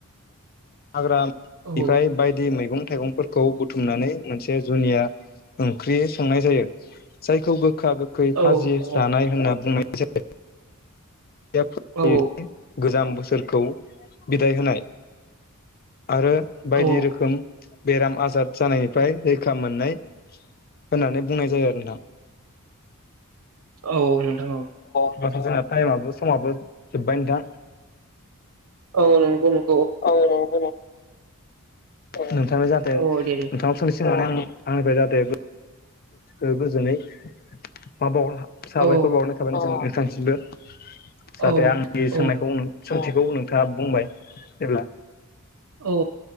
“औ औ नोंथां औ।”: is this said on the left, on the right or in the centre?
Right